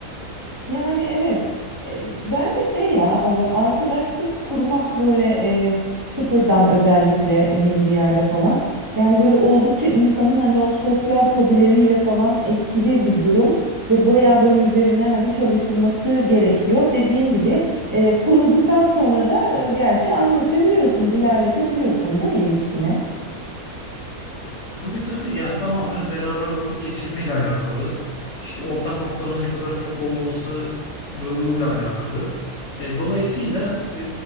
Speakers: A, on the right; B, on the left.
A: Yani evet E, bence şey ya a- arkadaşlık kurmak böyle e, sıfırdan özellikle yeni bir yerde falan yani böyle oldukça insanın hani o sosyal fobileriyle falan etkili bir durum ve baya böyle üzerine hani çalışılması gerekiyor. Dediğin gibi e, kurulduktan sonra da e, gerçi anlaşabiliyorsun, ilerletebiliyorsun değil mi ilişkine?
B: Tabii tabii yani tamamen beraber vakit geçirmeyle alakalı. İşte ortak noktanın ne kadar çok olması durumuyla alakalı. E, dolayısıyla e,